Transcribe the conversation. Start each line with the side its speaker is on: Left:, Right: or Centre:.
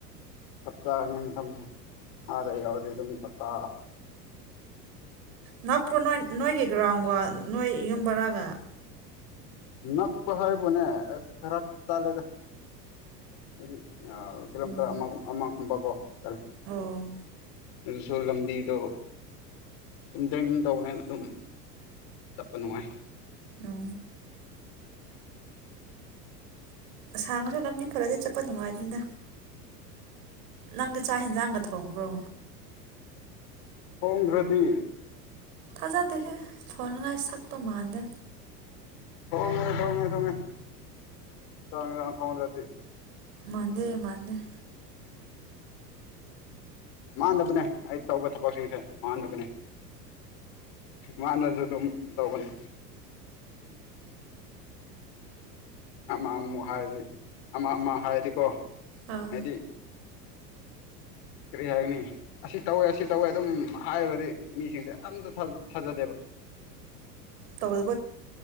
Left: ꯆꯞ ꯆꯥꯅꯤ ꯃꯇꯝꯁꯦ ꯑꯥꯗ ꯌꯥꯎꯔꯗꯤ ꯑꯗꯨꯝ ꯆꯞꯆꯥ
Right: ꯅꯅꯥꯥꯛꯄꯨ ꯅꯣꯏ ꯅꯣꯏꯒꯤ ꯒ꯭ꯔꯥꯎꯟꯒ ꯅꯣꯏ ꯌꯨꯝꯕꯔꯥꯒ
Left: ꯅꯥꯛꯄ ꯍꯔꯕꯣꯅꯦ ꯐꯔꯥꯛ ꯇꯥꯂꯦꯗ ꯍꯥꯏ ꯀꯤꯂꯂꯝꯝꯇꯔ
Right: ꯑꯣ
Left: ꯑꯃ ꯑꯃꯛ ꯀꯣ ꯆ
Right: ꯑꯣ
Left: ꯑꯗꯨꯁꯨ ꯂꯝꯕꯤꯗꯣ ꯆꯨꯝ ꯗ꯭ꯔꯡ ꯇꯧꯕꯅꯦꯅ ꯑꯗꯨꯝ ꯆꯠꯄ ꯅꯨꯡꯉꯥꯏ
Right: ꯑ ꯑꯁꯥꯡꯉꯁꯨ ꯂꯝꯕꯤ ꯐꯔꯗꯤ ꯆꯠꯄ ꯅꯨꯡꯉꯥꯏꯇꯅꯤꯗ ꯅꯪꯗꯤ ꯆꯥꯛ ꯌꯦꯟꯖꯥꯡꯒ ꯊꯣꯡꯕ꯭ꯔꯣ
Left: ꯍꯣꯡꯣꯡꯗ꯭ꯔꯗꯤ
Right: ꯄꯗꯦ ꯍꯦ ꯊꯣꯅꯉꯥꯏ ꯁꯛꯄꯣ ꯃꯥꯟꯗ
Left: ꯊꯉꯦ ꯊꯣꯡꯉꯦ ꯊꯃꯦ ꯇ ꯊꯣꯟꯗꯤ
Right: ꯃꯗꯦ ꯃꯗꯦ
Left: ꯃꯗꯕꯅꯦ ꯑꯩ ꯇꯧꯕ ꯊꯕꯛꯁꯤꯡꯁꯦ ꯃꯍꯥꯟꯗꯕꯅꯦ ꯃꯥꯅꯁꯨ ꯑꯗꯨꯝ ꯇꯧꯕꯅꯤ ꯑꯃ ꯑꯃꯨ ꯍꯥꯏꯗꯤ ꯑꯃ ꯑꯃ ꯍꯥꯏꯔꯗꯤꯀꯣ
Right: ꯑꯥ
Left: ꯍꯥꯏꯗꯤ ꯀꯔꯤ ꯍꯥꯏꯒꯅꯤ ꯑꯁꯤ ꯇꯧꯋꯦ ꯑꯁꯤ ꯇꯧꯋꯦ ꯑꯗꯨꯝ ꯍꯥꯏꯔꯒꯗꯤ ꯃꯤꯁꯤꯡꯁꯦ ꯑꯝꯇ ꯊꯥꯖꯗꯦꯕ
Right: ꯇꯧꯏ